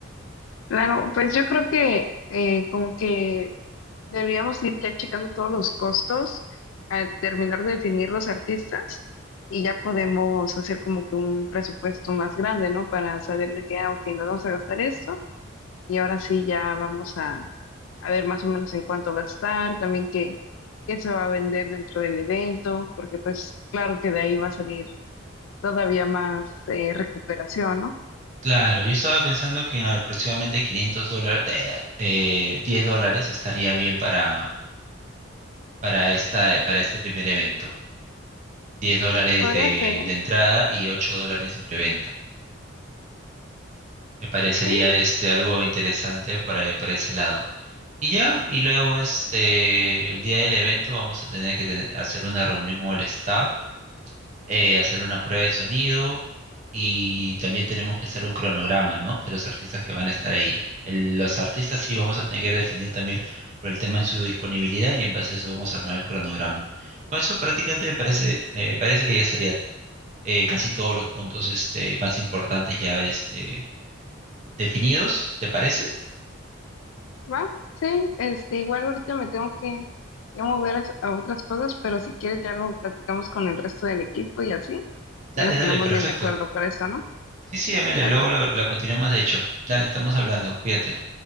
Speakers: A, on the left; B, on the right.
A: Claro, pues yo creo que eh, como que Deberíamos ir ya checando todos los costos, a terminar de definir los artistas y ya podemos hacer como que un presupuesto más grande, ¿no? Para saber de qué, ah, ok, nos vamos a gastar esto y ahora sí ya vamos a, a ver más o menos en cuánto gastar, también qué, qué se va a vender dentro del evento, porque pues claro que de ahí va a salir todavía más eh, recuperación, ¿no?
B: Claro, yo estaba pensando que en aproximadamente 500 dólares, eh, 10 dólares estaría bien para, para, esta, para este primer evento. diez dólares
A: Podría
B: de,
A: ser, ¿eh?
B: de entrada y 8 dólares en preventa. Me parecería
A: Sí,
B: este algo interesante para, para ese lado. Y ya, y luego este, el día del evento vamos a tener que te- hacer una reunión con el staff, eh, hacer una prueba de sonido y también tenemos que hacer un cronograma, ¿no? De los artistas que van a estar ahí. El- los artistas sí vamos a tener que definir también por el tema de su disponibilidad y en base a eso vamos a armar el cronograma. Con eso prácticamente me parece, me parece que ya estaría eh, casi todos los puntos este, más importantes ya este, definidos, ¿te parece?
A: Va, sí, este, igual ahorita me tengo que, que mover a, a otras cosas, pero si quieres ya lo platicamos con el resto del equipo y así,
B: Dale,
A: ya nos
B: dale,
A: ponemos
B: perfecto.
A: bien de acuerdo para esto, ¿no?
B: Sí, sí, Amelia,
A: Dale.
B: luego la, la continuamos de hecho. Dale, estamos hablando, cuídate.